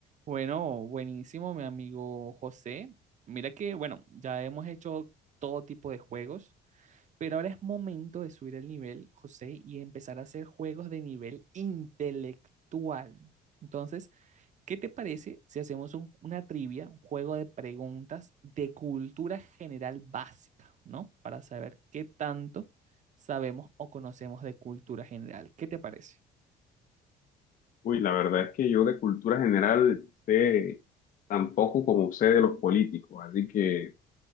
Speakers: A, on the right; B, on the left.
A: Bueno, buenísimo, mi amigo José. Mira que, bueno, ya hemos hecho todo tipo de juegos, pero ahora es momento de subir el nivel, José, y empezar a hacer juegos de nivel intelectual. Entonces, ¿qué te parece si hacemos un- una trivia, un juego de preguntas de cultura general básica, ¿no? Para saber qué tanto sabemos o conocemos de cultura general. ¿Qué te parece?
B: Uy, la verdad es que yo de cultura general sé tan poco como sé de los políticos, así que